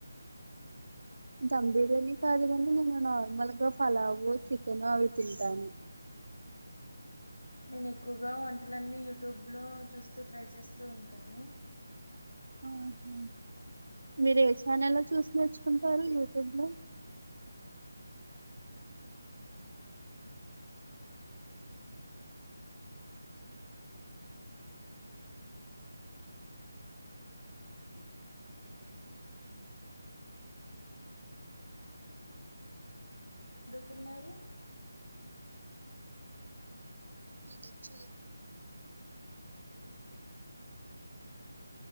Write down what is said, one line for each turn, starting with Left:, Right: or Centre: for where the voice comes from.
Right: దమ్ బిర్యానీ కాదు కానీ నేను నార్మల్గా ఫలావ్ వు చికెన్ అవి తింటాను
Left: నేను ఎక్కువగా వంటలన్నీ యూట్యూబ్లో చూస్తూ ట్రై చేస్తూ ఉంటాను
Right: ఆహ మీరు ఏ ఛానల్ లో చూసి నేర్చుకుంటారు యూట్యూబ్ లో
Left: చదువుకున్నారు
Right: మటన్ చారు